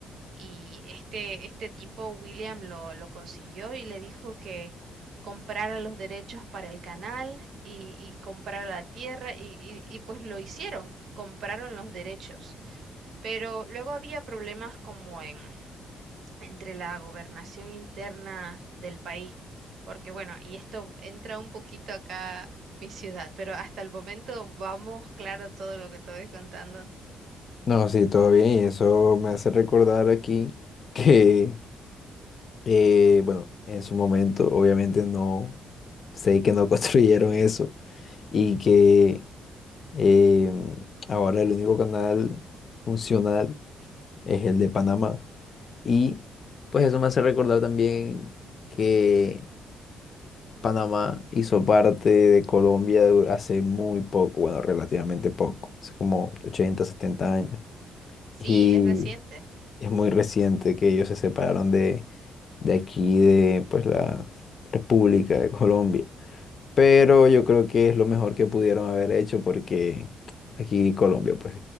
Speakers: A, on the right; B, on the left.
A: Y este, este tipo, William, lo, lo consiguió y le dijo que comprara los derechos para el canal y, y comprara la tierra y, y, y pues lo hicieron, compraron los derechos. Pero luego había problemas como en, entre la gobernación interna del país, porque bueno, y esto entra un poquito acá mi ciudad, pero hasta el momento vamos claro todo lo que te voy contando.
B: No, sí, todo bien. Y eso me hace recordar aquí <laughs> que, eh, bueno, en su momento obviamente no sé que no <laughs> construyeron eso y que eh, ahora el único canal funcional es el de Panamá. Y pues eso me hace recordar también que Panamá hizo parte de Colombia du- hace muy poco, bueno, relativamente poco, hace como 80 70 años.
A: Sí,
B: Y
A: es reciente.
B: es muy reciente que ellos se separaron de, de aquí, de pues la República de Colombia. Pero yo creo que es lo mejor que pudieron haber hecho porque aquí Colombia, pues